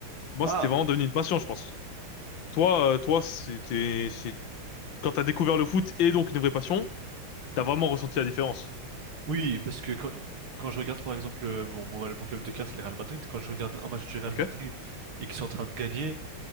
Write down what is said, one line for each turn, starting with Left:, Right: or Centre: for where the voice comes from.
Left: Moi,
Right: Ah,
Left: c'était vraiment devenu une passion, je pense. Toi, euh, toi, c'était, c'est, quand t'as découvert le foot et donc une vraie passion, t'as vraiment ressenti la différence.
Right: oui, parce que quand, quand je regarde, par exemple, euh, bon, mon, mon club de cœur, c'est le Real Madrid. Quand je regarde un match du Real
Left: Ok?
Right: Madrid et qu'ils sont en train de gagner,